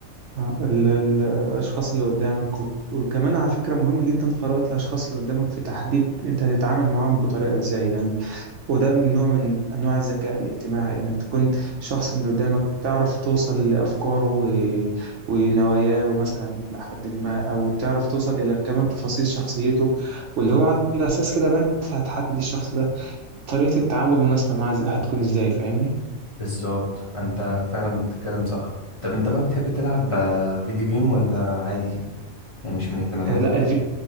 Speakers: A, on the right (about 65°); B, on the left (about 25°).
A: آه، ال- ال- الأشخاص اللي قدامك وت- وكمان على فكرة مهم جدا قراءة الأشخاص اللي قدامك في تحديد أنت هتتعامل معاهم بطريقة إزاي يعني وده من نوع من أنواع الذكاء الاجتماعي إنك تكون الشخص اللي قدامك تعرف توصل لأفكاره و- ونواياه مثلا لحد ما أو تعرف توصل إلى كمان تفاصيل شخصيته واللي هو على أساس كده بقى أنت هتحدد الشخص ده طريقة التعامل المناسبة معاه إز- هتكون إزاي فاهمني؟
B: بالظبط انت فعلا بتتكلم صح طب انت بقى بتحب تلعب آه، فيديو جيم ولا عادي يعني مش من اهتماماتك
A: آه، لا